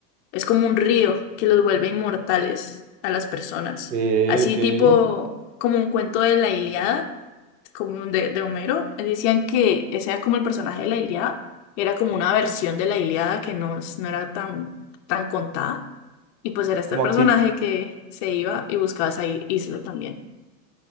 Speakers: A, on the left; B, on the right.
A: Es como un río que los vuelve inmortales a las personas.
B: Eh,
A: Así
B: ok.
A: tipo, como un cuento de la Ilíada, como un de, de Homero. eh, Decían que ese era como el personaje de la Ilíada. Era como una versión de la Ilíada que no, es- no era tan, tan contada. Y pues era este
B: Como
A: personaje
B: aquí,
A: que se iba y buscaba esa i- isla también.